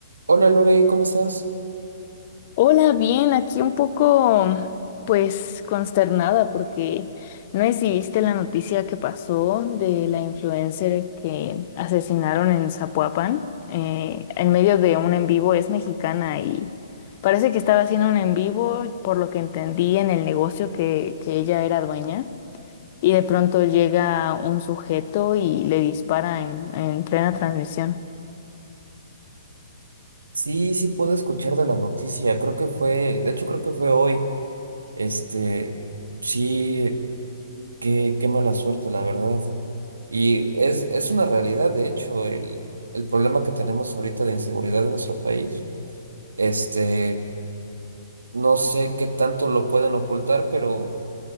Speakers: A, on the right (about 75°); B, on the left (about 40°).
A: Hola Lore, ¿cómo estás?
B: Hola, bien, aquí un poco, pues, consternada porque no sé si viste la noticia que pasó de la influencer que asesinaron en Zapopan, eh, en medio de un en vivo, es mexicana y parece que estaba haciendo un en vivo, por lo que entendí, en el negocio que, que ella era dueña y de pronto llega un sujeto y le dispara en en plena transmisión.
A: Sí, sí puedo escuchar de la noticia. Creo que fue, de hecho creo que fue hoy. Este, sí, qué, qué mala suerte, la verdad. Y es, es una realidad, de hecho, el, el problema que tenemos ahorita de inseguridad en nuestro país. Este, no sé qué tanto lo pueden ocultar, pero